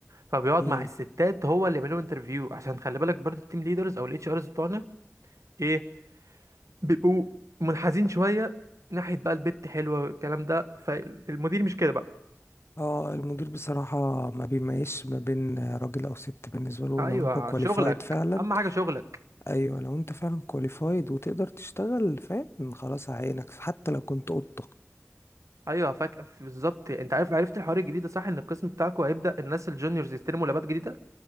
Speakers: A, on the right (about 85°); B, on the left (about 55°).
A: فبيقعد
B: مم.
A: مع الستات هو اللي يعمل لهم انترفيو عشان خلي بالك برضو التيم ليدرز او الاتش ارز بتوعنا ايه بيبقوا منحازين شويه ناحيه بقى البت حلوه والكلام ده فالمدير مش كده بقى
B: اه المدير بصراحة ما بيميزش ما بين راجل أو ست بالنسبة له
A: ايوه
B: لو انت كواليفايد
A: شغلك
B: فعلا
A: اهم حاجه شغلك
B: ايوه لو انت فعلا كواليفايد وتقدر تشتغل فاهم خلاص عينك حتى لو كنت قطة
A: ايوه فاك بالظبط انت عارف عرفت الحوار الجديد ده صح ان القسم بتاعكم هيبدا الناس الجونيورز يستلموا لابات جديده